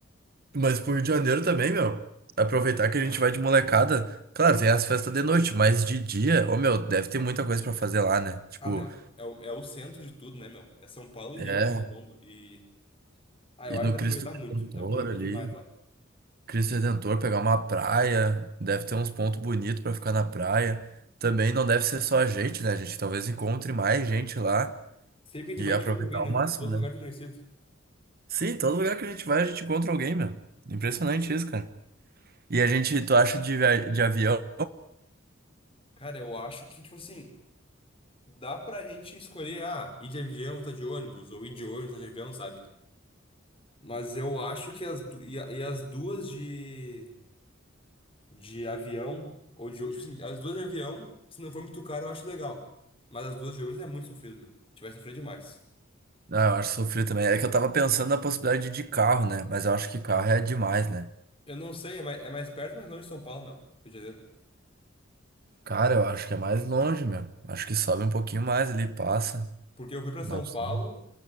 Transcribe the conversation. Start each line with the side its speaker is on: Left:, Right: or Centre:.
Right: Mas pro Rio de Janeiro também, meu. Aproveitar que a gente vai de molecada. Claro, tem as festas de noite, mas de dia, ô meu, deve ter muita coisa pra fazer lá, né? Tipo,
Left: Ah, meu, é o, é o centro de tudo, né, meu? É São Paulo e
Right: é,
Left: Rio ali que bomba. E. Ah,
Right: ir
Left: eu acho
Right: no
Left: que dá
Right: Cristo
Left: pra aproveitar
Right: Redentor
Left: muito. Dá pra aproveitar
Right: ali.
Left: demais lá.
Right: Cristo Redentor, pegar uma praia. Deve ter uns pontos bonitos pra ficar na praia. Também não deve ser só a gente, né? A gente talvez encontre mais gente lá
Left: Sempre que
Right: e
Left: a gente vai,
Right: aproveitar
Left: a gente encontra alguém,
Right: ao
Left: né?
Right: máximo,
Left: Todo
Right: né?
Left: lugar tem conhecido.
Right: Sim, todo lugar que a gente vai, a gente encontra alguém, meu. Impressionante isso, cara. E a gente, tu acha de, via- de avião?
Left: Cara, eu acho que, tipo assim, dá pra gente escolher, ah, ir de avião, tá de ônibus, ou ir de ônibus, tá de avião, sabe? Mas eu acho que as, du- e, a- e as duas de. de avião ou de. ônibus. Tipo assim, as duas de avião, se não for muito caro, eu acho legal. Mas as duas de ônibus é muito sofrido, meu. Tiver sofrido demais.
Right: Ah, eu acho sofrido também. É que eu tava pensando na possibilidade de carro, né? Mas eu acho que carro é demais, né?
Left: Eu não sei, é mais, é mais perto, mas é longe de São Paulo, meu. Rio de Janeiro.
Right: Cara, eu acho que é mais longe, meu. Acho que sobe um pouquinho mais ali, passa.
Left: Porque eu fui pra
Right: Não
Left: São
Right: sei.
Left: Paulo